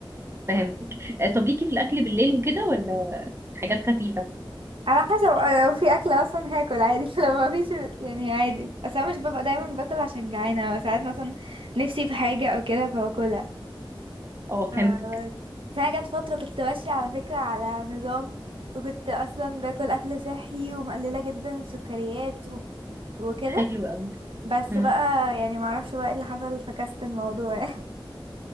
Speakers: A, on the right (about 30°); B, on the right (about 85°).
A: فهمتك آه طب ليكي في الأكل بالليل وكده ولا حاجات خفيفة
B: على حسب آه، لو في اكل اصلا هاكل عادي <laughs> لو ما فيش يعني عادي بس انا مش ببقى دايما باكل عشان جعانه ساعات مثلا نفسي في حاجه او كده فباكلها
A: اه
B: ف-
A: فهمتك
B: بس انا جت فتره كنت ماشيه على فكره على نظام وكنت اصلا باكل اكل صحي ومقلله جدا السكريات و... وكده
A: حلو أوي
B: بس
A: مم.
B: بقى يعني ما اعرفش بقى ايه اللي حصل فكست الموضوع <laughs>